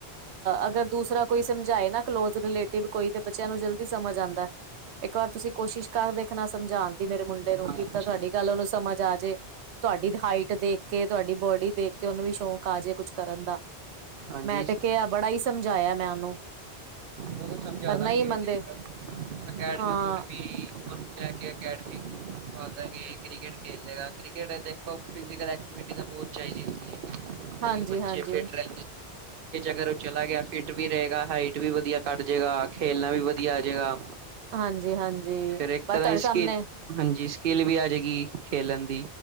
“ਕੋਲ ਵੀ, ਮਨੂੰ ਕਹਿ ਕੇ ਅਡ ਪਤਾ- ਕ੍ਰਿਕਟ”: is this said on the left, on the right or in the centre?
Right